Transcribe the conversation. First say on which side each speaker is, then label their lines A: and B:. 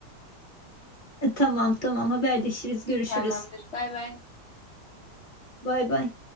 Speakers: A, on the left (about 30°); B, on the left (about 50°).
A: E, Tamam tamam haberleşiriz görüşürüz.
B: Tamamdır. Bay bay.
A: Bay bay.